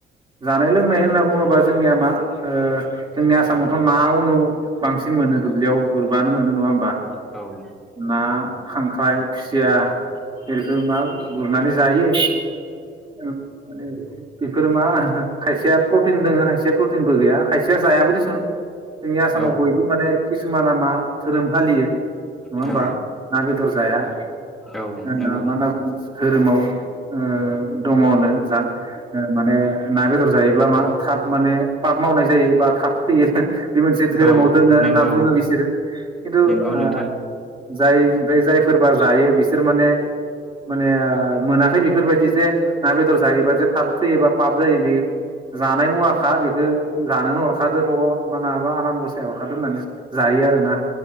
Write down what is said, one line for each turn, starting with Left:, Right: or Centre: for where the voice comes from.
Right: जानाय लोंनाय होनना बुङोबा जोंनिया मा ओ जोंनि आसामावथ' ना उनु बांसिन मोनो दुब्लियाव गुरबानो मोनो नङा होमबा।
Centre: औ।
Right: ना खांख्राय खुसिया बेफोरखो मा गुरनानै जायो। औ माने बेफोर मा खायसेया प्रटिन दोङो खायसेया प्रटिनबो गैया खायसेया जायाबो देसुन। जोंनि आसामाव
Centre: औ
Right: बयबो माने किसुमाना मा धोरोम फालियो। नङा होमबा
Centre: औ
Right: ना बेदर जाया
Centre: औ
Right: <unintelligible>
Centre: नंगौ
Right: मा होनना बुङो। धोरोमाव ओ दङनो जा ओ माने ना बेदर जायोब्ला मा थाब माने पाप मावनाय जायो बा थाब थैयो। बे मोनसे धोरोमाव
Centre: औ
Right: दोङो
Centre: नंगौ
Right: होनना बुङो बिसोरो किन्थु
Centre: नंगौ
Right: आ
Centre: नोंथां
Right: जाय ओमफाय जायफोरबा जायो बिसोर माने माने ओ मोनाखै बेफोरबायदि जे ना बेदर जायोबा जे थाब थैयो बा पाब जायो बे जानाय मुवाखा बेखौ जानोनो हरखादो भग'बाना बा आनान गसाया हरखादो होननानै जायो आरो ना।